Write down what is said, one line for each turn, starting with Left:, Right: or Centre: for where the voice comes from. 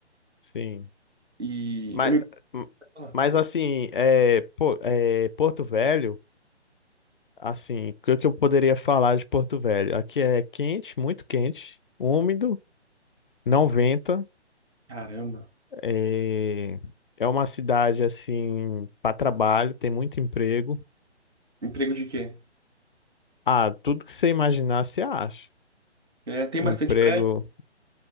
Left: Sim.
Right: E
Left: Mas,
Right: eu me Ah,
Left: Mas assim, é, pô, é, Porto Velho, assim, o que que eu poderia falar de Porto Velho? Aqui é quente, muito quente, úmido, não venta.
Right: Caramba.
Left: É, é uma cidade assim para trabalho, tem muito emprego.
Right: Emprego de quê?
Left: Ah, tudo que você imaginar você acha.
Right: É, tem
Left: Emprego.
Right: bastante prédio,